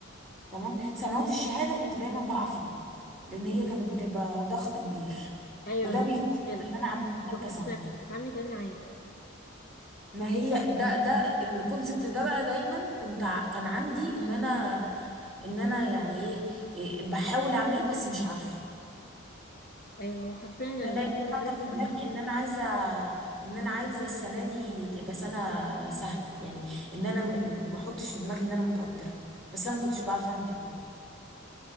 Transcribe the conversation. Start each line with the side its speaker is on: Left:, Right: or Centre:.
Centre: تمام سنوات الشهاده كنت دايما بقع فيها لان هي كانت بتبقى ضغط كبير
Left: ايوه
Centre: وده بيفهم
Left: دي مشكلة
Centre: اللي انا عملته في
Left: مبغضيش
Centre: ثالثه ثانوي
Left: نفسك اتعاملي كأني عادي
Centre: ما هي ده ده الكونسبت ده بقى دايما كنت ع- كان عندي ان انا ان انا يعني ايه إيه بحاول اعمله بس مش عارفه
Left: ايوه هو حرفيا يعني
Centre: انا دايما
Left: هي المدرسة
Centre: حاطه في دماغي ان انا عايزه ان انا عايزه السنه دي تبقى سنه سهله يعني ان انا م- ما احطش في دماغي ان انا متوتره بس انا ما كنتش بعرف اعمل كده